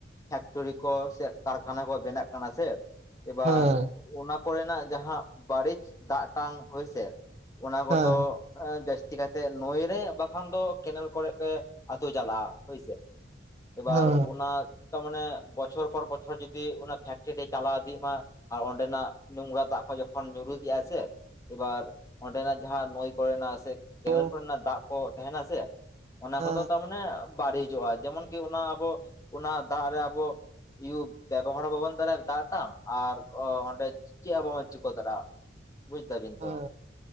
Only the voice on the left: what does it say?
ᱯᱷᱮᱠᱴᱨᱤ ᱠᱚ ᱥᱮ ᱠᱟᱹᱨᱠᱷᱟᱱᱟ ᱠᱚ ᱵᱮᱱᱟᱜ ᱠᱟᱱᱟ ᱥᱮ᱾ ᱮᱵᱟᱨ
ᱚᱱᱟ ᱠᱚᱨᱮᱱᱟᱜ ᱡᱟᱦᱟᱸ ᱵᱟᱹᱲᱤᱪ ᱫᱟᱜᱴᱟᱝ ᱦᱳᱭᱥᱮ᱾ ᱚᱱᱟ ᱠᱚᱫᱚ
ᱡᱟᱹᱥᱛᱤ ᱠᱟᱛᱮᱜ ᱱᱳᱭ ᱨᱮ ᱵᱟᱠᱷᱟᱱ ᱫᱚ ᱠᱮᱱᱮᱞ ᱠᱚᱨᱮᱜ ᱛᱮ ᱟᱹᱛᱩ ᱪᱟᱞᱟᱜᱼᱟ ᱦᱳᱭᱥᱮ ᱮᱵᱟᱨ
ᱚᱱᱟ ᱛᱟᱢᱟᱱᱮ ᱵᱚᱪᱷᱚᱨ ᱯᱚᱨ ᱵᱚᱪᱷᱚᱨ ᱡᱩᱚᱫᱤ ᱚᱱᱟ ᱯᱷᱮᱠᱴᱨᱤ ᱪᱟᱞᱟᱣ ᱤᱫᱤᱜ ᱢᱟ ᱟᱨ ᱚᱸᱰᱮᱱᱟᱜ ᱱᱚᱝᱨᱟ ᱫᱟᱜ ᱠᱚ ᱡᱚᱠᱷᱚᱱ ᱧᱩᱨᱩ ᱤᱫᱤᱜᱼᱟ ᱥᱮ᱾ ᱮᱵᱟᱨ ᱚᱸᱰᱮᱱᱟᱜ ᱡᱟᱦᱟᱸ ᱱᱳᱹᱭ ᱠᱚᱨᱮᱱᱟᱜ ᱥᱮ ᱠᱮᱱᱮᱞ
ᱠᱚᱨᱮᱱᱟᱜ ᱫᱟᱜ ᱠᱚ ᱛᱟᱦᱮᱱᱟ ᱥᱮ᱾ ᱚᱱᱟ
ᱠᱚᱫᱚ ᱛᱟᱢᱟᱱᱮ ᱵᱟᱹᱲᱤᱡᱚᱜᱼᱟ ᱡᱮᱢᱚᱱᱠᱤ ᱚᱱᱟ ᱟᱵᱚ ᱚᱱᱟ ᱫᱟᱜ ᱨᱮ ᱟᱵᱚ ᱤᱭᱩᱵ ᱵᱮᱵᱚᱦᱟᱨ ᱦᱚᱸ ᱵᱟᱵᱚᱱ ᱛᱟᱞᱮ ᱫᱟᱜ ᱴᱟᱝ ᱟᱨ ᱚᱸᱰᱮ ᱪᱮᱜ ᱦᱚᱸᱵᱟᱚᱱ ᱪᱤᱠᱟᱹ ᱫᱟᱲᱮᱜᱼᱟ᱾ ᱵᱩᱡ ᱫᱟᱵᱤᱱ
ᱛᱚ᱾